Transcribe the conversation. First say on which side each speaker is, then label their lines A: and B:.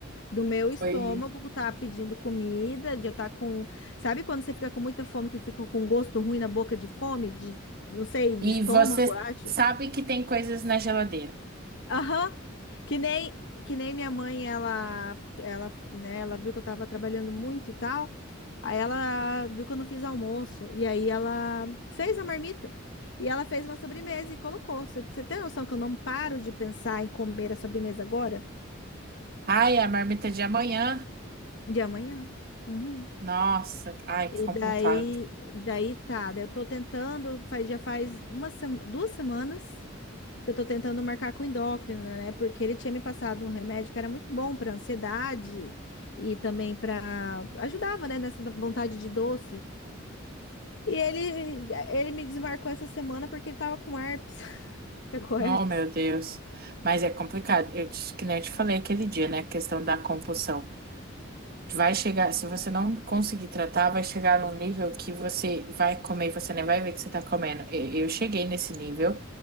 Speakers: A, on the left; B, on the right.
A: do meu estômago
B: Foi.
A: tá pedindo comida, de eu tá com, sabe quando você fica com muita fome que fica com um gosto ruim na boca de fome, de não sei,
B: E
A: do estômago,
B: você
A: eu acho.
B: sabe que tem coisas na geladeira.
A: Aham. Que nem que nem minha mãe, ela ela, né, ela viu que eu tava trabalhando muito e tal. Aí ela viu que eu não fiz almoço e aí ela fez a marmita. E ela fez uma sobremesa e colocou. Você tem noção que eu não paro de pensar em comer a sobremesa agora?
B: Ai, a marmita de amanhã.
A: De amanhã? Uhum.
B: Nossa, ai,
A: E
B: que complicado.
A: daí, e daí tá, daí eu tô tentando, faz, já faz uma sema- duas semanas que eu tô tentando marcar com o endócrino, né? Porque ele tinha me passado um remédio que era muito bom pra ansiedade e também pra ajudava, né, nessa vontade de doce. E ele ele me desmarcou essa semana porque ele tava com herpes. <laughs> Pegou herpes.
B: Oh, meu Deus. Mas é complicado. Eu te, que nem eu te falei aquele dia, né? A questão da compulsão. Vai chegar, se você não conseguir tratar, vai chegar num nível que você vai comer e você nem vai ver que você tá comendo. Eu, eu cheguei nesse nível